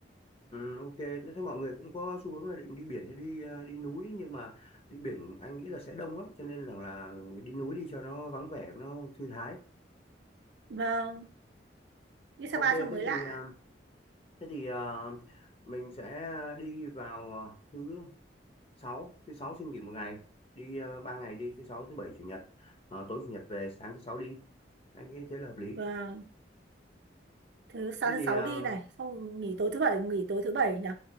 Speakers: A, on the left; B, on the right.
A: Ừ, ok, thế mọi người cũng có xu hướng là định đi biển hay đi ờ, đi núi nhưng mà đi biển anh nghĩ là sẽ đông lắm, cho nên là, là đi núi đi cho nó vắng vẻ, nó thư thái.
B: Vâng, đi Sapa
A: Ok,
B: cho mới
A: thế
B: lạ.
A: thì ờ, thế thì ờ, mình sẽ đi vào ờ, thứ sáu, thứ sáu xin nghỉ một ngày, đi uh, 3 ngày đi, thứ sáu, thứ bảy, chủ nhật, Ờ, tối chủ nhật về, sáng thứ sáu đi. Anh nghĩ thế là hợp lý.
B: Vâng, thứ sáng
A: Thế
B: thứ
A: thì
B: sáu
A: ờ,
B: đi này, xong nghỉ tối thứ bảy, nghỉ tối thứ bảy nhỉ?